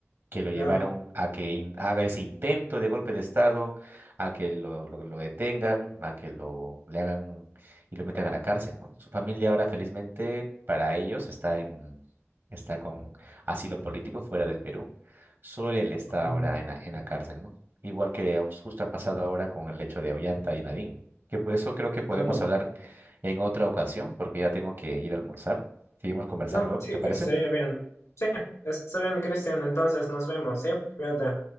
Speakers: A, on the right (about 50°); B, on the left (about 90°).
A: que lo llevaron
B: claro.
A: a que in- haga ese intento de golpe de Estado, a que lo, lo- lo detengan, a que lo le hagan y lo metan a la cárcel, ¿no? Su familia ahora, felizmente, para ellos está en está con asilo político fuera del Perú. Solo él está
B: Mm,
A: ahora en la, en la cárcel, ¿no? Igual que justo ha pasado ahora con el hecho de Ollanta y Nadine, ¿no? que por eso creo que podemos
B: No,
A: hablar en otra ocasión, porque ya tengo que ir a almorzar. Seguimos conversando,
B: no, sí,
A: ¿te parece?
B: estaría bien. Sí, está bien, Cristian. Entonces nos vemos, ¿sí? Cuídate.